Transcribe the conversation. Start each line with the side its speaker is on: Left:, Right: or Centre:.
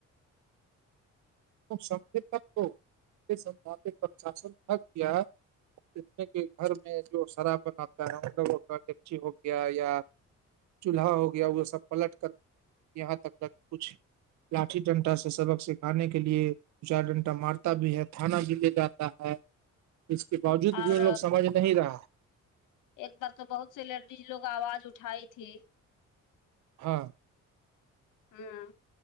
Right: ستک ہو اس سھ پرشاسن تک دیا جت میں کہ گھر میں جو سرابن آتا ہے اندر وہ کاچی ہو گیا یا چولہا ہو گیا وہ سب پلٹ کر یہاں تک تک کچھ لاٹھی ٹنٹا سے سبق سکھانے کے کے لیے چار ڈنٹا مارتا بھی ہے تھانہ بھی لے جاتا ہے اس کے باوجود
Left: اور
Right: بھی ان لوگ سمجھ نہیں رہا
Left: ایک بار تو بہت سےی لیڈیز لوگ آواز اٹھائی تھی
Right: ہاں
Left: ہاں